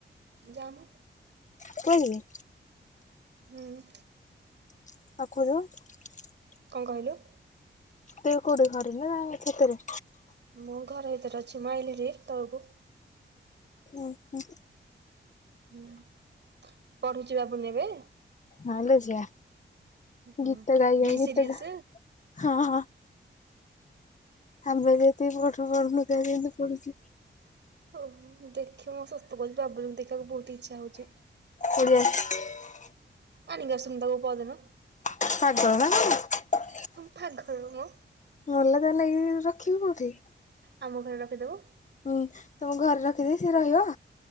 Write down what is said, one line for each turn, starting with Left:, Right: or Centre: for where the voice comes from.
Right: ଯାମ।
Left: କୁଆଡେ ଯିବି।
Right: ହୁଁ।
Left: <unintelligible>
Right: କଁ କହିଲୁ।
Left: ତୁ କୋଉଠି ଘରେ ନା ଛାତରେ।
Right: ମୁଁ ଘର ଭିତରେ ଅଛି ମୁଁ ଆଇଲି ଭାରି ତଳୁକୁ।
Left: ଓହୋ।
Right: ହୁଁ ପଢୁଚି ବାବୁନି ଏବେ।
Left: ହଁ ଲୋ ଝିଅ
Right: ହଁ
Left: ଗୀତ ଗାଇ
Right: ବି
Left: ଗାଇ
Right: ସିରିଏସ୍।
Left: ଗୀତ ଗା ହଁ ହଁ। ଆମେ ଜେନ୍ତି ପାଠ ପଢ଼ୁନଥିବା ସିଏ ହେନ୍ତି ପଢୁଛି।
Right: ଓହୋ ଦେଖି ମୁଁ ସତ କୋହୁଚି ବାବୁନି କୁ ଦେଖିବାକୁ ବୋହୁତ ଇଚ୍ଛା ହୋଉଛି।
Left: <unintelligible>
Right: ଆଣିକି ଆସୁନୁ ତାକୁ ପରଦିନ।
Left: ପାଗଳ ନା କଣ।
Right: ପାଗଳ ମ।
Left: ଅଲଗା ନେଇିକି ରଖିବି କୋଉଠି
Right: ଆମ ଘରେ ରଖିଦବୁ।
Left: ହୁଁ। ତମ ଘରେ ରଖିଦେବି ସେ ରହିବ।